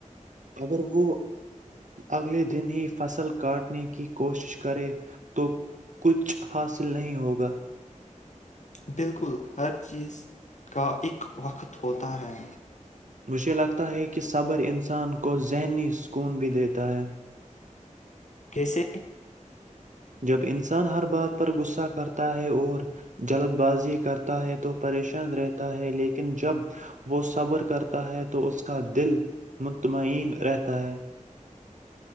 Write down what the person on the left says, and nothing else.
بالکل ہر چیز کا اک وقت ہوتا ہے
کیسے